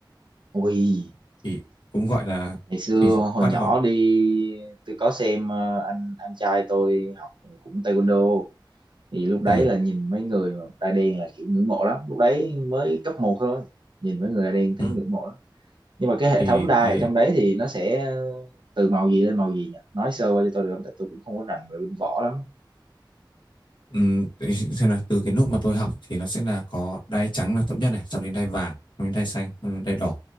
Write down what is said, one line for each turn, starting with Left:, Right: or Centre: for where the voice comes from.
Right: Ui,
Left: thì cũng gọi là
Right: ngày xưa
Left: thì
Right: hồi
Left: bắt
Right: nhỏ
Left: gọn
Right: đi tôi có xem ờ, anh anh trai tôi học cũng taekwondo thì lúc đấy
Left: ừ.
Right: là nhìn mấy người mà da đen là kiểu ngưỡng mộ lắm lúc đấy mới cấp một thôi nhìn mấy người da đen thấy
Left: Ừ.
Right: ngưỡng mộ lắm nhưng mà cái hệ
Left: thì
Right: thống đai
Left: đấy
Right: ở trong đấy thì nó sẽ từ màu gì lên màu gì nhỉ nói sơ qua cho tôi được không tại tôi cũng không có rành về bên võ lắm
Left: ừ, đấy xem là từ cái lúc mà tôi học thì nó sẽ là có đai trắng là thấp nhất này sau đến đai vàng sau đến đai xanh sau đến đai đỏ